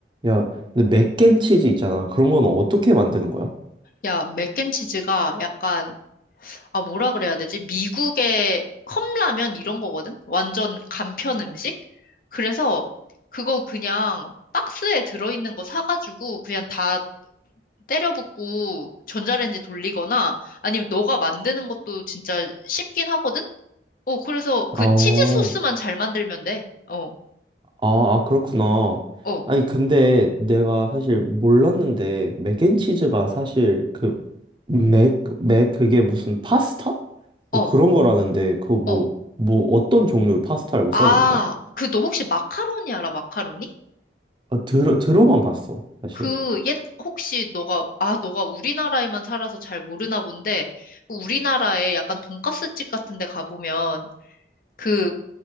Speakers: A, on the right (about 25°); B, on the left (about 50°).
A: 야, 근데 맥앤치즈 있잖아. 그런 건 어떻게 만드는 거야?
B: 야, 맥앤치즈가 약간, 아, 뭐라 그래야 되지? 미국의 컵라면 이런 거거든? 완전 간편 음식? 그래서 그거 그냥 박스에 들어있는 거 사가지고 그냥 다 때려 붓고 전자레인지 돌리거나 아니면 너가 만드는 것도 진짜 쉽긴 하거든? 어, 그래서 그
A: 어,
B: 치즈 소스만 잘 만들면 돼. 어,
A: 아, 아, 그렇구나.
B: 어,
A: 아니, 근데 내가 사실 몰랐는데, 맥앤치즈가 사실 그, 맥, 맥, 그게 무슨 파스타? 뭐
B: 어,
A: 그런 거라는데, 그 뭐,
B: 어.
A: 뭐 어떤 종류 파스타라고
B: 아,
A: 써야 되는 거야?
B: 그 너 혹시 마카로니 알아? 마카로니?
A: 아, 들어, 들어만 봤어, 사실.
B: 그, 옛, 혹시 너가, 아, 너가 우리나라에만 살아서 잘 모르나 본데, 우리나라에 약간 돈가스집 같은 데 가보면, 그,